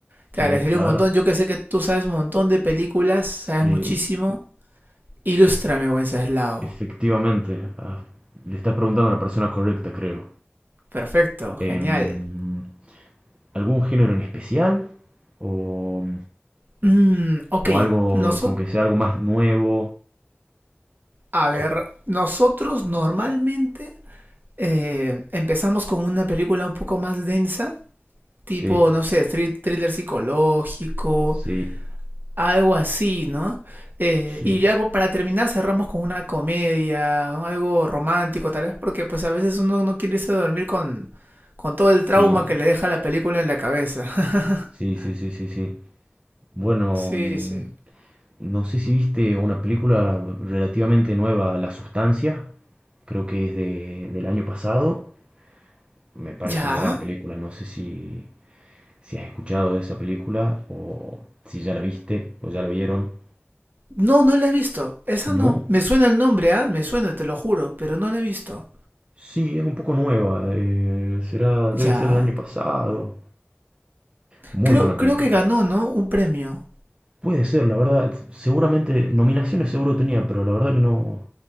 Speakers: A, on the right; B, on the right.
A: Te
B: sí,
A: agradecería
B: claro.
A: un montón. Yo que sé que tú sabes un montón de películas,
B: Sí,
A: sabes muchísimo. Ilústrame,
B: ef-
A: buen Ceslao.
B: efectivamente. Ah, le estás preguntando a la persona correcta, creo.
A: Perfecto,
B: Em,
A: genial.
B: ¿algún género en especial? ¿O,
A: Mm, ok,
B: o algo
A: nosotros,
B: con que sea algo más nuevo?
A: a ver,
B: Eh,
A: nosotros normalmente eh, empezamos con una película un poco más densa, tipo,
B: Sí,
A: no sé, thri- thriller psicológico,
B: sí,
A: algo así, ¿no? Eh,
B: sí,
A: y ya po- para terminar cerramos con una comedia, ¿no? algo romántico tal vez, porque pues a veces uno no quiere irse a dormir con, con todo el
B: sí.
A: trauma que le deja la película en la cabeza.
B: Sí,
A: <laughs>
B: sí, sí, sí, sí. Bueno,
A: Sí,
B: mm,
A: sí.
B: no sé si viste una película relativamente nueva, La Sustancia, creo que es de, del año pasado. Me parece
A: Ya,
B: una gran película, no sé si, si has escuchado de esa película o si ya la viste o ya la vieron.
A: No, no la he visto. Esa
B: ¿No?
A: no. Me suena el nombre, ¿ah? Me suena, te lo juro, pero no la he visto.
B: Sí, es un poco nueva, eh, será, debe
A: Ya.
B: ser del año pasado. Muy
A: Creo,
B: buena
A: creo
B: película.
A: que ganó, ¿no? Un premio.
B: Puede ser, la verdad. Seguramente, nominaciones seguro tenía, pero la verdad que no,